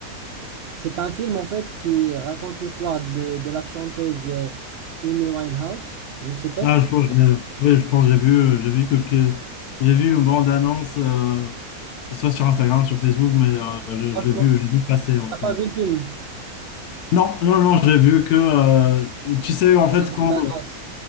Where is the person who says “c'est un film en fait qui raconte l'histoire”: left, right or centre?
Right